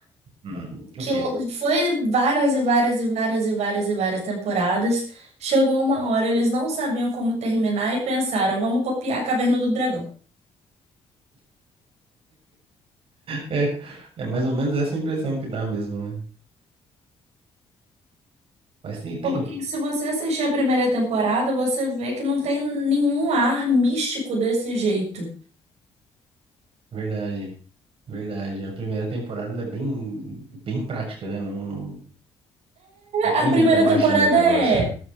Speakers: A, on the right; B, on the right.
A: hum, o
B: que
A: quê?
B: foi várias e várias e várias e várias e várias temporadas. Chegou uma hora, eles não sabiam como terminar e pensaram, vamos copiar a Caverna do Dragão.
A: É, é mais ou menos essa impressão que dá mesmo, né? Mas tem, tem,
B: Porque se você assistir a primeira temporada, você vê que não tem nenhum ar místico desse jeito.
A: verdade, verdade. A primeira temporada ela é bem, bem prática, né? Não, Não tem
B: É, A primeira
A: muita magia
B: temporada
A: no negócio.
B: é,